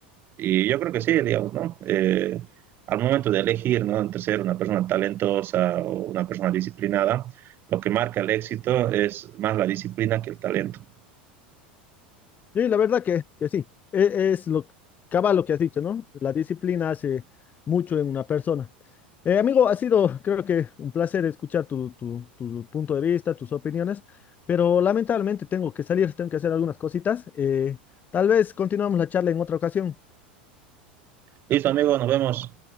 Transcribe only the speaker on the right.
Y yo creo que sí, digamos, ¿no? Eh, al momento de elegir, ¿no? Entre ser una persona talentosa o una persona disciplinada, lo que marca el éxito es más la disciplina que el talento.
Listo amigos, nos vemos.